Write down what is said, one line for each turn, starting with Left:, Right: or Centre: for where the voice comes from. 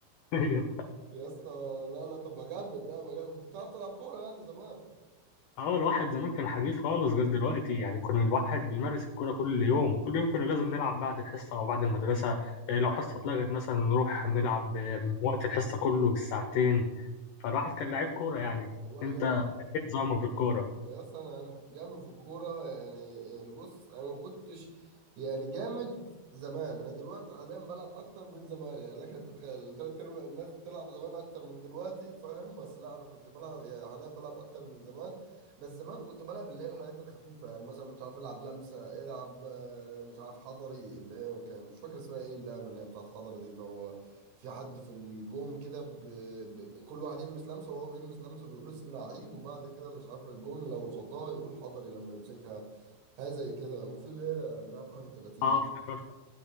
Left: <laughs> أيوه
Right: يا اسطى لا لا طب ما جامد ده ما جامد كنت بتعرف تلعب كورة يعني زمان
Left: اه الواحد زمان كان حريف خالص غير دلوقتي يعني كان الواحد بيمارس الكرة كل يوم كل يوم كنا لازم نلعب بعد الحصة أو بعد المدرسة إيه لو حصة اتلغت مثلا نروح نلعب آه، وقت الحصة كله بالساعتين
Right: امم
Left: فالواحد كان لعيب كورة يعني
Right: والله
Left: انت
Right: جامد
Left: ايه نظامك في الكورة؟
Right: يا اسطى انا انا كنت جامد في الكوره يعني يعني بص انا ما كنتش يعني جامد زمان انا دلوقتي حاليا بلعب اكتر من زمان يعني لك هتتخيل تلات ارباع الناس بتلعب زمان اكتر من دلوقتي فاهم بس لا انا كنت بلعب يعني حاليا بلعب اكتر من زمان بس زمان كنت بلعب اللي هي الحاجات الخفيفه يعني مثلا مش عارف العب لمسه العب آه، مش عارف حضري اللي هي كان مش فاكر اسمها ايه اللعبه اللي هي بتاعت حضري دي اللي هو في حد في الجون كده ب... ب... كل واحد يلمس لمسه وهو بيلمس لمسه بيقول اسم لعيب وبعد كده مش عارف الجون لو صدها يقول حضري لما يمسكها هاي زي كده وفي اللي هي مش عارف 31
Left: اه افتكرت